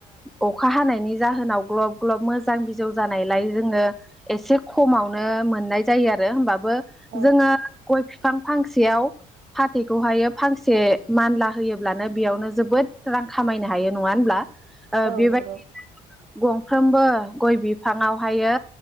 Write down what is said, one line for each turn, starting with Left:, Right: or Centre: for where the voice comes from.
Centre: ओ अखा हानायनि जाहोनाव ग्लब ग्लब मोजां बिजौ जानायलाय जोङो एसे खमावनो मोननाय जायो आरो होमबा बो
Right: औ
Centre: जोङो गय बिफां फांसेयाव फाथैखौहायो फांसे मानला होयोब्लानो बेयावनो जोबोद रां खामायनो हायो नङा होनब्ला ओ
Right: औ
Centre: बेबाय
Right: नंगौ
Centre: गंफ्रोमबो गय बिफाङावहायो